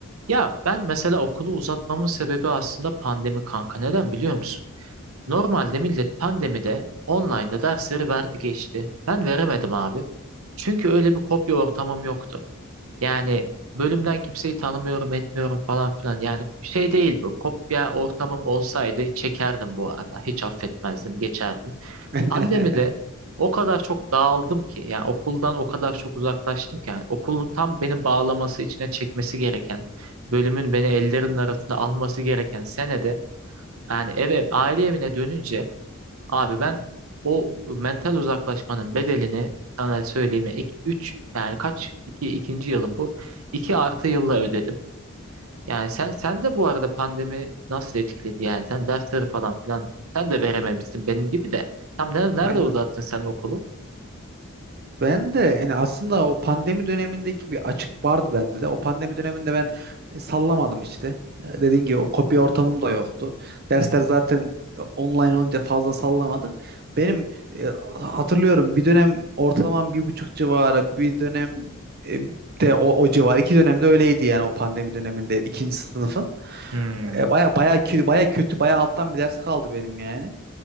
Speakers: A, on the right; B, on the right.
A: Ya ben mesela okulu uzatmamın sebebi aslında pandemi kanka. Neden biliyor musun? Normalde millet pandemide online'da dersleri verdi geçti. Ben veremedim abi. Çünkü öyle bir kopya ortamım yoktu. Yani bölümden kimseyi tanımıyorum etmiyorum falan filan. Yani şey değil bu. Kopya ortamım olsaydı çekerdim bu arada. Hiç affetmezdim, geçerdim.
B: <laughs>
A: Pandemide o kadar çok dağıldım ki yani okuldan o kadar çok uzaklaştım ki yani okulun tam beni bağlaması içine çekmesi gereken bölümün beni ellerinin arasına alması gereken senede yani eve aile evine dönünce abi ben o mental uzaklaşmanın bedelini sana söyleyeyim ya iki, üç yani kaç iki ikinci yılım bu 2 artı yılla ödedim. Yani sen sen de bu arada pandemi nasıl etkiledi yani sen dersleri falan filan sen de verememişsin benim gibi de. Tam ne- nerede
B: aynen
A: uzattın sen okulu?
B: Ben de yani aslında o pandemi dönemindeki bir açık vardı bende de. O pandemi döneminde ben e, sallamadım işte. E, Dediğin gibi o kopya ortamım da yoktu. Dersler
A: Hı hı.
B: zaten e, online olunca fazla sallamadık. Benim e, hatırlıyorum bir dönem ortalamam bir buçuk civarı, bir dönem e, de o, o civar. İki dönemde öyleydi yani o pandemi döneminde ikinci sınıfın.
A: Hmm.
B: E, baya baya kötü, baya kötü, baya alttan bir ders kaldı benim yani.